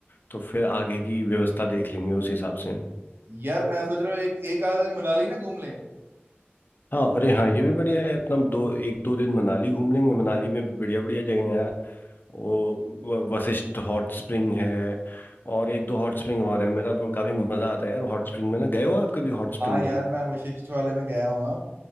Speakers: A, on the left; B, on the right.
A: तो फिर आगे की व्यवस्था देख लेंगे उस हिसाब से
B: यार मैं सोच रहा हूँ एक एक आध दिन मनाली ना घूम लें
A: हाँ अरे हाँ ये भी बढ़िया है अपना दो एक दो दिन मनाली घूम लेंगे मनाली में बढ़िया बढ़िया जगह है यार वो व- वशिष्ठ हॉट स्प्रिंग है और एक दो हॉट स्प्रिंग और है मेरा ब- काफी मजा आता है यार हॉट स्प्रिंग में ना गए हो आप कभी हॉट स्प्रिंग
B: हाँ यार
A: में
B: मैं वशिष्ठ वाले में गया हुआ